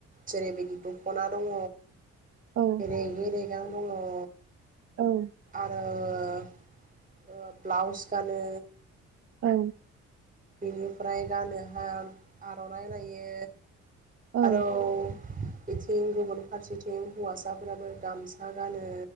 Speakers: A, on the right (about 25°); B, on the right (about 50°).
A: जेरैबायदि दखना दङ
B: औ
A: रेगे रेगां दङ अ।
B: औ
A: आरो ओ ब्लाउस गानो
B: औ।
A: बेनिफ्राय गानोहा आर'नाइ लायो।
B: औ
A: आरोव बेथिं गुबुन फारसेथिं हौवासाफोराबो गामसा गानो।